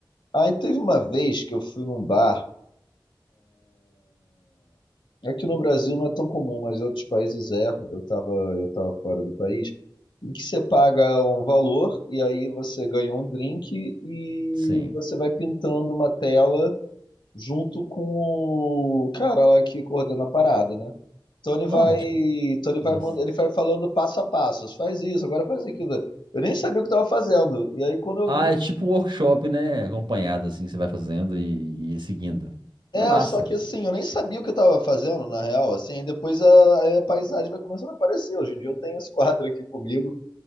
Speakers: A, on the left; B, on the right.
A: Aí teve uma vez que eu fui num bar, aqui no Brasil não é tão comum, mas em outros países é. Eu tava, eu tava fora do país, em que você paga um valor e aí você ganha um drink e
B: sim.
A: você vai pintando uma tela junto com o cara lá que coordena a parada, né? Tony
B: Nossa,
A: vai,
B: tipo,
A: Tony
B: mas.
A: vai manda- ele vai falando passo a passo, faz isso, agora faz aquilo. Eu nem sabia o que eu tava fazendo. E aí quando eu
B: Ah,
A: vi,
B: é tipo um workshop, né? Acompanhado, assim, que você vai fazendo e, e seguindo.
A: é,
B: Mas é massa.
A: só que assim, eu nem sabia o que eu tava fazendo, na real, assim, aí depois a, aí a paisagem vai começando a aparecer. Hoje em dia eu tenho esse quadro aqui comigo.